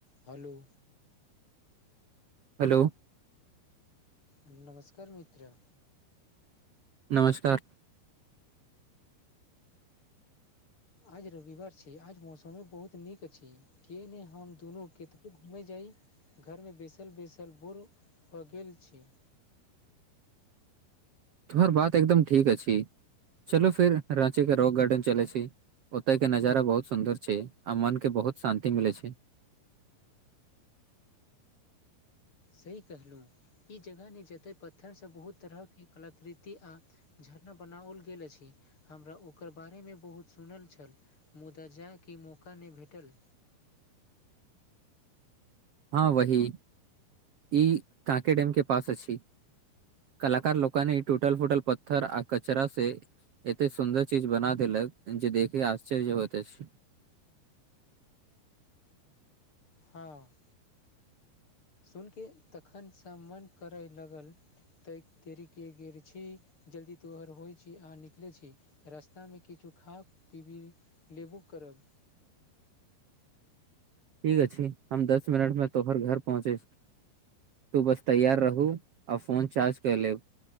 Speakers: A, on the left; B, on the right.
A: Hello
B: hello
A: नमस्कार मित्र
B: नमस्कार
A: आज रविवार छै, आज मौसम बहुत नीक छै। के नहि, हम दुनू कतऽ घूमे जाइ? घरमे बैसल बैसल बोड़ पऽ गेल छी
B: तोहर बात एकदम ठीक अछि चलो फिर रांची के रॉव गार्डन चलै छी ओते के नजारा बहुत सुन्दर छै आ मन के बहुत शांति मिले छै
A: सही कहलहुँ ई जगह नहि जतय पत्थरसँ बहुत तरहके कलाकृति आ झरना बनाओल गेल अछि हमरा ओकर बारेमे बहुत सुनल छल मुदा जा के मौका नै भेटल
B: हँ वही ई कांके डेम के पास अछि कलाकार लोक इ टूटल फुटल पत्थर आ कचरा से एते सुन्दर चीज बना देलक जे देखे आश्चर्य होइत अछ
A: हँ सुन के तखनसँ मन करैय लगल तऽ देरी क गेल छी जल्दी तोहर होइ छी अहाँ निकलै छी रास्तामे किछु खा पीबी लेबु करब
B: ठीक अछी हम दस मिनट मे तोहर घर पहुँचे तू बस तैयार रहू आ फोन चार्ज कै लेब